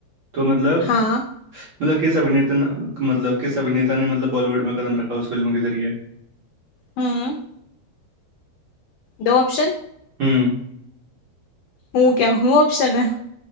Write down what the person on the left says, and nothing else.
हाँ
हम्म दो ऑप्शन
हूँ क्या हूँ ऑप्शन है